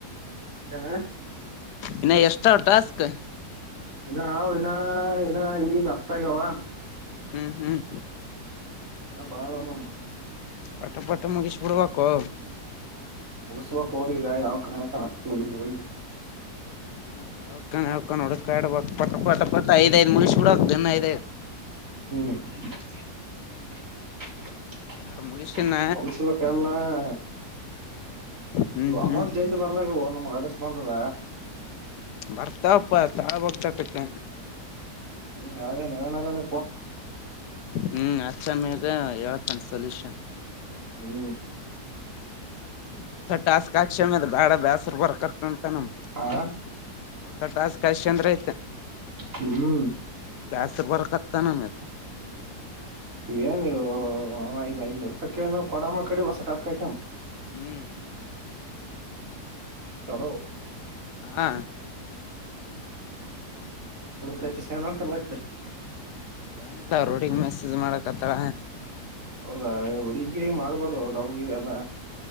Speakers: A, on the right; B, on the left.
A: ಏನ
B: ಇನ್ನು ಎಷ್ಟ್ರ ಟಾಸ್ಕ್
A: ಇನ್ನ ನಾವ ಇನ್ನ ಇನ್ನ ಈಗ ಹತ್ತಗೆವ
B: ಹ್ಮ್ ಹ್ಮ್
A: ಬಾಳ ತೋಣ
B: ಕಷ್ಟ ಪಟ್ಟ ಮುಗಿಸಬಿಡ್ಬೇಕಕು
A: <unintelligible> ಅವಕ
B: ಹ್ಮ್ ಯಾವ ಕ ನೋಡ ಕಡಬ ಪಟ್ಟ ಪಟ ಪಟ್ ಐದ್ ಐದು ಮನುಷ ಹೂಡಕ್ತದೆ ಐದಐದು
A: <inaudible> <unintelligible>
B: ಎರಡ್ ಮುಗಿಸಿನ ಹ್ಮ್
A: ಇ
B: ಹ್ಮ್
A: ಅಮೌಂಟ್ ಜೈದ ಬರ್ಲಾಗವು ನಮ್ ಅದಕ್ ಬಂದದ
B: ಬರ್ತಾವಪ್ಪಾ ತಾಳ ಬೋಗತಾಟಕ್ಕೆ
A: ಹ್ಮ್ ಯಾವದೇನೆನಾರ
B: ಹ್ಮ್ ಅಚ್ಚ ಮ್ಯಾಗ ಯಾವತಾನ ಸೊಲ್ಯೂಷನ್
A: ಹ್ಮ
B: ಹೊಸ ಟಾಸ್ಕ್ ಹಾಕ್ಷಷಮ್ಯ ಅದ ಬೇಡ ಬೇಸರ್ ಬರ್ಕತ್ತಂತ ನಮ
A: ಆ
B: ಹೊಸ ಟಾಸ್ಕ್ ಅಷ್ಟ ಚಂದ್ರ ಐತೆ
A: ಹ್ಮ್
B: ಜಾಸ್ತಿ ಬರಕತ್ತ ನಮ್ಮ
A: ಇವ ನೀವು ಐದ್ ಐನೂರು ರೂಪಾಯಿ ಕೇಳ ನ್ ಕೊಡಮ್ಮ ಕಡೆ ಹೊಸ ಟಸ್ಕಾಯಕಮ್ಮ
B: ಹ್ಮ್
A: ಚಲೋ
B: ಹಾ
A: <unintelligible> ಏನ್ ಹೇಳುತ್ತಾನೆ ಮತ್ತೆ
B: ಏನಿಲ್ಲ ಅವರ್ ಹುಡುಗಿ ಮೆಸೇಜ್ ಮಾಡಕ್ತ್ತಳ
A: ಹೌದಾ ಹುಡುಗಿ ಮಾಡ್ಬಾರ್ದು ಲವ್ ಗಿವ್ ಎಲ್ಲ